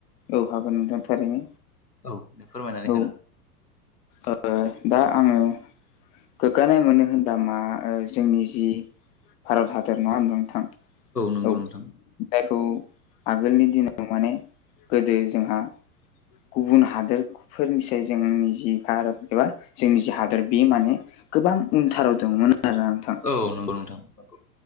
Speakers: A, on the left (about 15°); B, on the left (about 85°).
A: औ हागोन नोंथां थारैनो
B: औ फोरमायनानै हो
A: औ
B: नोंथां
A: ओ दा आङो गोग्गानाय मोनो होनबा मा जोंनि जि भारत हादर नङा होनबा नोंथां
B: नंगौ
A: औ
B: नोंथां
A: जायखौ आगोलनि दिनाव माने गोदो जोंहा गुबुन हादोरफोरनिसाय जोंनि जि भारत एबा जोंनि जि हादर बे माने गोबां उनथाराव दंमोन आरो नोंथां।
B: औ नंगौ नोंथां नंगौ